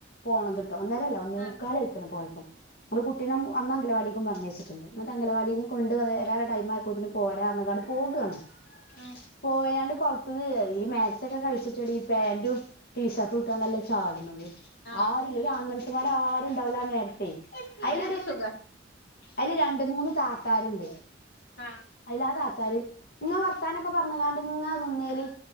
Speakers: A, on the left; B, on the left.
A: പോണത് ട്ടോ ഒന്നേരല്ലോ ഒന്നേ
B: ആഹ്
A: മുക്കാലയിക്കണ പോയപ്പോം നമ്മള് കുട്ടീനും അന്ന് അംഗലവാടിക്കും പറഞ്ഞച്ചിട്ടുണ്ട് അംഗവാടിൽന്ന് കൊണ്ട് വരാ ടൈ ആയപ്പോന് പോരാന്ന് കാണ്ട് പോകാണ്
B: ഉം
A: പോയാണ്ട് കൊഴപ്പവില്ല ഈ മാക്സ് ഒക്കെ കളിച്ചിട്ടടി പാന്റും ടീഷർട്ടു ഇട്ടാണ്ടല്ലേ ചാടണത്
B: ആഹ്
A: ആരുല്ല ഒരു ആൺമനുഷ്യമാര് ആരുണ്ടാവില്ലാനേരത്തെ
B: അങ്ങനാവുമ്പോ
A: അയ്ലൊരു
B: സുഖാ
A: അയ്ല് രണ്ട് മൂന്ന് കാക്കാരുണ്ട്
B: ആഹ്
A: അയിലാ കാക്കാര് ഇങ്ങ വർത്താനൊക്കെ പറഞ്ഞുങ്ങാണ്ട് ഇങ്ങ നിന്നേല്